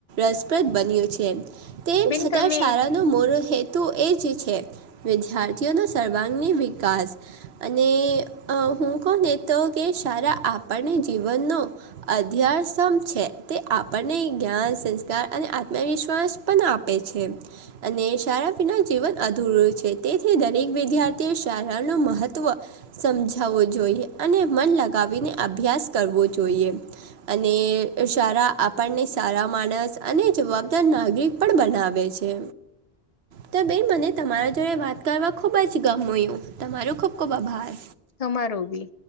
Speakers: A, on the right; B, on the left.
A: રસપ્રદ બન્યું છે તેમ
B: બેન
A: છતાં
B: તમે
A: શારા નું મોર હેતુ એ જ છે વિદ્યાર્થીઓનો સર્વાંગી વિકાસ અને અ હુ કોને તો કે સારા આપણને જીવનનો અધ્યાસમ છે તે આપણને જ્ઞાન સ્સ તા અને આત્મવિશ્વાસ પન આપે છે. અને શારા વિના જીવન અધૂરું છે, તેથી દરેક વિદ્યાર્થીઓ શારાનું મહત્ત્વ સમઝાવું જોઈએ. અને મન લગાવીને અભ્યાસ કરવો જોઈએ. અને, અ સારા આપણને સારા માણસ અને જવાબદાર નાગરિક પણ બનાવે છે. ત બેન મને તમારા જોડે વાત કરવા ખુબ જ ગમયું, તમારું ખુબ ખુબ આભાર.
B: તમારો બી